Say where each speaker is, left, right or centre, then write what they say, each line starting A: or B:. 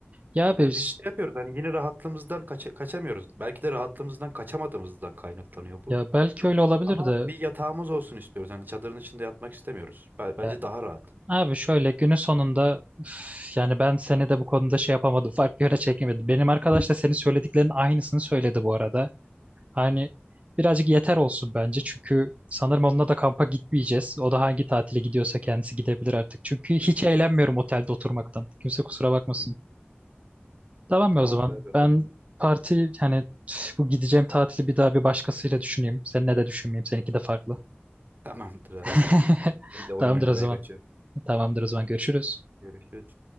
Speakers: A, on the right (about 30°); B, on the right (about 50°).
A: Ya abi,
B: E, biz şey yapıyoruz hani yine rahatlığımızdan kaça- kaçamıyoruz. Belki de rahatlığımızdan kaçamadığımızdan kaynaklanıyor bu.
A: ya belki öyle olabilir
B: Ama
A: de
B: bir yatağımız olsun istiyoruz. Yani çadırın içinde yatmak istemiyoruz. Be- Bence
A: ya
B: daha rahat.
A: Abi şöyle günün sonunda üf, yani ben seni de bu konuda şey yapamadım. Farklı yöne çekemedim. Benim arkadaş da senin söylediklerinin aynısını söyledi bu arada. Hani birazcık yeter olsun bence. Çünkü sanırım onunla da kampa gitmeyeceğiz. O da hangi tatile gidiyorsa kendisi gidebilir artık. Çünkü hiç
B: Hı hı.
A: eğlenmiyorum otelde oturmaktan. Kimse kusura bakmasın.
B: Hı hı.
A: Tamam
B: Tamamdır
A: mı o zaman?
B: abi o
A: Ben
B: zaman.
A: parti hani üf, bu gideceğim tatili bir daha bir başkasıyla düşüneyim. Seninle de düşünmeyeyim. Seninki de farklı.
B: <laughs> Tamamdır abi.
A: <laughs>
B: Ben de oyun
A: Tamamdır
B: oynamaya
A: o zaman.
B: kaçıyorum.
A: Tamamdır o zaman. Görüşürüz.
B: Görüşürüz.